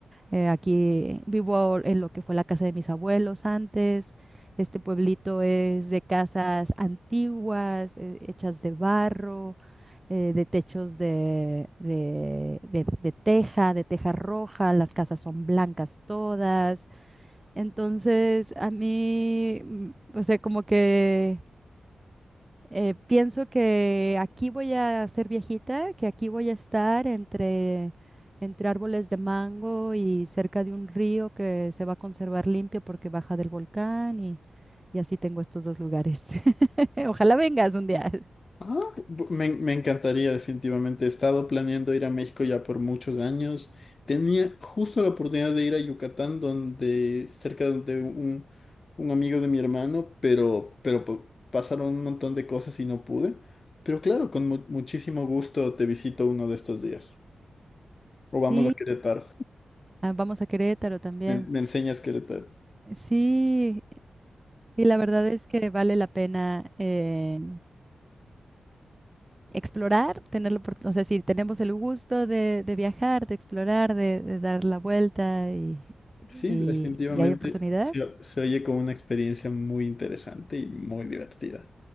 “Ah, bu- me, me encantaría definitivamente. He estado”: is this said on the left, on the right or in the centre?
Left